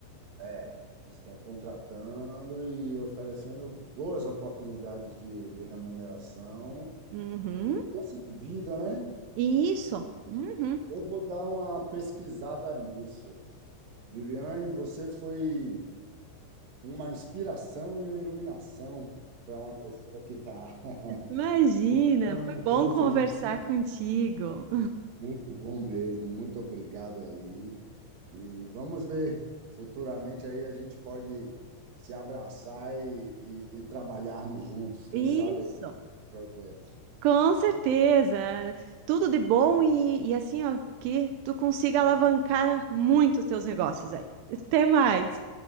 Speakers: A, on the right; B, on the right.
A: é, é, estão contratando e oferecendo boas oportunidades de, de remuneração
B: Uhum.
A: e mudança de vida, né?
B: Isso. Uhum.
A: Eu vou dar uma pesquisada nisso. Viviane, você foi uma inspiração e uma iluminação para uma pessoa que está <laughs>
B: Imagina,
A: Buscando
B: foi
A: mudanças
B: bom conversar
A: de vida.
B: contigo.
A: Muito bom mesmo, muito obrigado aí. E vamos ver, futuramente aí a gente pode se abraçar e, e- e trabalharmos juntos, quem
B: Isso,
A: sabe aí no projeto.
B: com certeza. Tudo de bom e, e assim, ó, que tu consiga alavancar muito os teus negócios aí. Até mais.